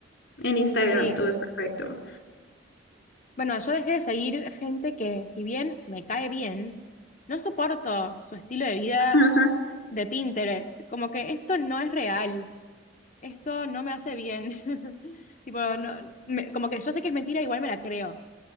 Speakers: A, on the left; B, on the left.
A: En Instagram
B: Sí.
A: todo es perfecto.
B: Bueno, yo dejé de seguir gente que, si bien me cae bien, no soporto su estilo de vida
A: Ajá.
B: de Pinterest. Como que esto no es real, esto no me hace bien. <laughs> Tipo, no- me- como que yo sé que es mentira, igual me la creo.